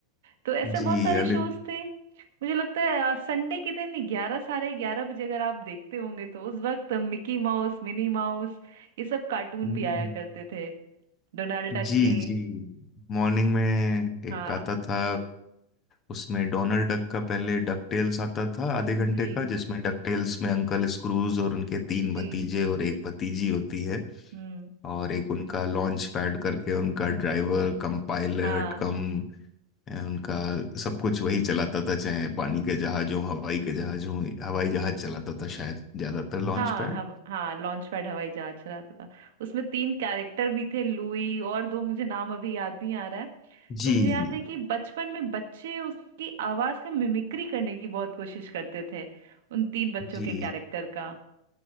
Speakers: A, on the right; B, on the left.
A: तो ऐसे
B: जी
A: बहुत सारे
B: अलिफ
A: शोज थे मुझे लगता है संडे के दिन ग्यारह साढ़े ग्यारह बजे अगर आप देखते होंगे तो उस वक्त मिकी माउस मिनी माउस ये सब कार्टून
B: हम्म,
A: भी आया करते थे डोनाल्ड डक
B: जी
A: के
B: जी मॉर्निंग में
A: हाँ
B: एक आता था उसमें डोनाल्ड डक का पहले डक टेल्स आता था आधे घंटे
A: जी
B: का जिसमें डक टेल्स में अंकल स्क्रूज और उनके तीन
A: जी
B: भतीजे और एक भतीजी होती है
A: हम्म
B: और एक उनका लॉन्च पैड करके उनका ड्राइवर कम पायलट
A: हाँ
B: कम अ, उनका सब कुछ वही चलाता था चाहे पानी के जहाज हो हवाई के जहाज हो हवाई जहाज चलाता था शायद ज्यादातर लॉन्च
A: हाँ
B: पैड
A: हव, हाँ लॉन्च पैड हवाई जहाज चलाता था उसमें तीन कैरेक्टर भी थे लुई और दो मुझे नाम अभी याद नहीं आ रहा है
B: जी
A: तो मुझे याद है कि बचपन में बच्चे उसकी आवाज का मिमिक्री करने की बहुत कोशिश करते थे उन तीन बच्चों
B: जी
A: के कैरेक्टर का